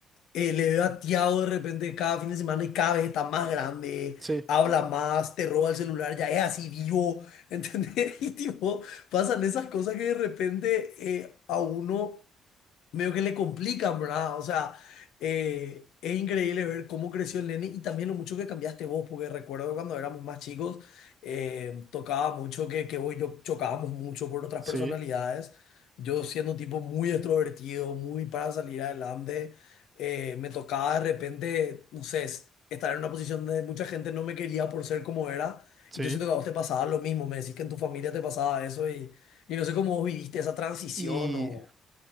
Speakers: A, on the left (about 80°); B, on the right (about 25°).
A: eh, le veo a Tiago de repente cada fin de semana y cada vez está más grande,
B: Sí,
A: habla más, te roba el celular, ya es así vivo, ¿entendés? <laughs> Y tipo, pasan esas cosas que de repente eh, a uno medio que le complican, ¿verdad? O sea, eh, es increíble ver cómo creció el nene y también lo mucho que cambiaste vos, porque recuerdo cuando éramos más chicos, eh, tocaba mucho que, que vos y yo chocábamos mucho por otras
B: sí,
A: personalidades. Yo siendo un tipo muy extrovertido, muy para salir adelante, eh, me tocaba de repente, no sé, es- estar en una posición donde mucha gente no me quería por ser como era.
B: sí.
A: Y yo siento que a vos te pasaba lo mismo, me decís que en tu familia te pasaba eso y, y no sé cómo vos viviste esa transición
B: Y
A: o...